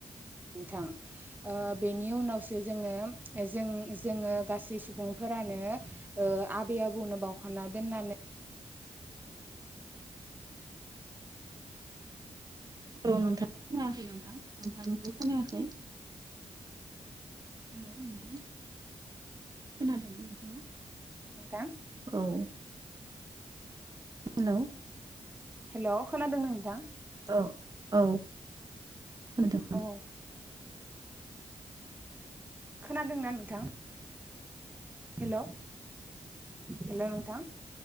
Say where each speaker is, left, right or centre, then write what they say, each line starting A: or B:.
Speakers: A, on the right; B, on the right.
A: नोंथां ओ बेनि उनावसो जोङो जों जोङो गासै सुबुंफोर फोरानो ओ आबै आबौनो बावखना दोननानै
B: औ नोंथां खोनायाखै नोंथां नोंथांनिखौ खोनायाखै हेलौ नोंथां खोनादोंना नोंथां
A: नोंथां
B: औ हेलौ
A: हेल' खोनादों ना नोंथां
B: औ औ खोनादों
A: औ ओ खोनादोंना नोंथां हेलौ हेलौ नोंथां